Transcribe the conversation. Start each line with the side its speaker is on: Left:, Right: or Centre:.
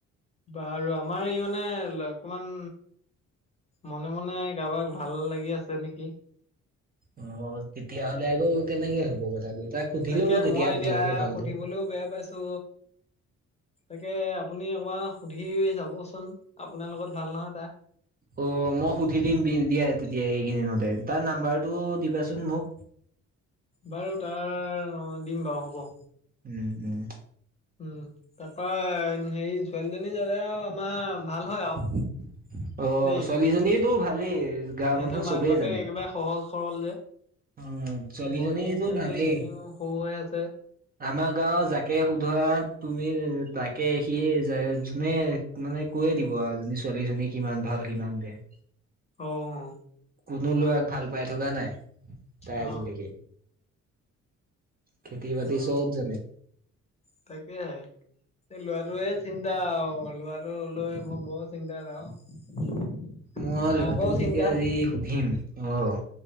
Left: বাৰু, আমাৰ ই মানে অকমান মনে, মনে কাবাক ভাল লাগি আছে নেকি?
Right: অ'। তেতিয়াহ'লে আকৌ কেনেকে হ'ব কথাটো, তাক সুধি
Left: তাকে
Right: লব তেতিয়া
Left: মই
Right: আপোনালোকে
Left: এতিয়া
Right: ভালকে।
Left: সুধিবলৈও বেয়া পাইছো তাকে আপুনি অকমান সুধি চাবচোন, আপোনাৰ লগত ভাল নহয় তাৰ।
Right: অ', মই সুধি দিম দিয়া তেতিয়া এইকেইদিনতে, তাৰ নাম্বাৰটো দিবাচোন মোক।
Left: বাৰু তাৰ, দিম বাৰু হ'ব।
Right: উম, উম।
Left: উম, তাৰ পৰা হেৰি ছোৱালীজনী জানে আৰু আমাৰ ভাল হয় আৰু
Right: অ',
Left: দেই
Right: ছোৱালীজনীয়েতো ভালেই, গাৱৰ
Left: সিহঁতৰ
Right: মানুহ
Left: মাক
Right: চবেই
Left: বাপেক
Right: জানে।
Left: একেবাৰে সহজ সৰল যে,
Right: উম, ছোৱালীজনীতো
Left: ভনীয়েকজনী
Right: ভালেই।
Left: সৰু হৈ আছে।
Right: আমাৰ গাঁও যাকে শোধৰা তুমি তাকে সি যোনে মানে কৈয়ে দিব আৰুজনী ছোৱালীজনী কিমান ভাল কিমান বয়া।
Left: অ', অ'।
Right: কোনো ল'ৰাক ভাল পাই থকা নাই তাই
Left: অ
Right: আজিলৈকে। খেতি বাতি
Left: অ
Right: চব জানে।
Left: তাকেহে। এই লৰাটোৱে চিন্তা আৰু লৰাটো লৈ মোৰ বৰ চিন্তাত আৰু। <inaudible>
Right: মই
Left: মাকৰো
Right: ল'ৰাটোক
Left: চিন্তা
Right: তেতিয়া আজি সুধিম অ'।